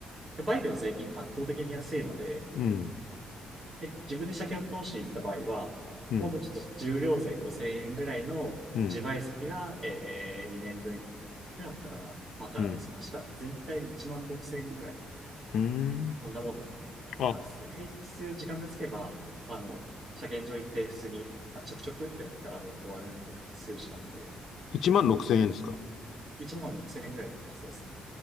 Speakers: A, on the right; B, on the left.
A: で、バイクの税金って圧倒的に安いので、
B: うん、
A: で、自分で車検を通しに行った場合は、
B: うん、
A: もっとちょっと重量税5000円ぐらいの自賠責が、
B: うん、
A: えー、2年分ぐらいあったかなわからないですけど、
B: うん。
A: 確か全体で1万6000円ぐらい、
B: うーん。
A: こんなものだっ
B: あ、
A: たですね。平日時間がつけば、あの、車検場行って普通に、あ、ちょくちょくってやったらもう終わるんで、数時間で。
B: 1万6千円ですか。
A: 1万6000円ぐらいだったはずですね。